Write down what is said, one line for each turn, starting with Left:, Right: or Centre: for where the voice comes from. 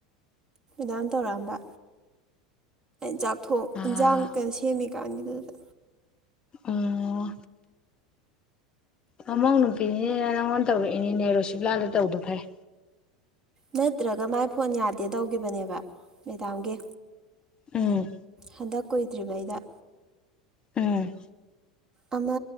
Right: ꯗꯥꯝ ꯇꯧꯔꯛꯑꯝꯕ ꯆꯥꯛꯊꯣꯛ
Left: ꯑꯥ
Right: ꯌꯦꯟꯁꯥꯡ ꯀꯩꯅꯣ ꯁꯦꯝꯃꯤꯀꯥꯟꯒꯤꯗꯨꯗ
Left: ꯑꯣ ꯃꯃꯧ ꯅꯨꯄꯤꯅꯤꯅꯦꯅ ꯅꯪꯉꯣꯟꯗ ꯇꯧꯔꯛꯏꯅꯤꯅꯦ ꯔꯣꯁꯤꯕꯂꯥꯗ ꯇꯧꯗꯣ ꯐꯔꯦ
Right: ꯅꯠꯇ꯭ꯔꯒ ꯃꯥꯏ ꯐꯣꯟ ꯌꯥꯗꯦ ꯇꯧꯈꯤꯕꯅꯦꯕ ꯃꯦꯗꯥꯝꯒꯤ
Left: ꯎꯝ
Right: ꯍꯟꯗꯛ ꯀꯨꯏꯗ꯭ꯔꯤꯉꯩꯗ
Left: ꯎꯝ
Right: ꯑꯃ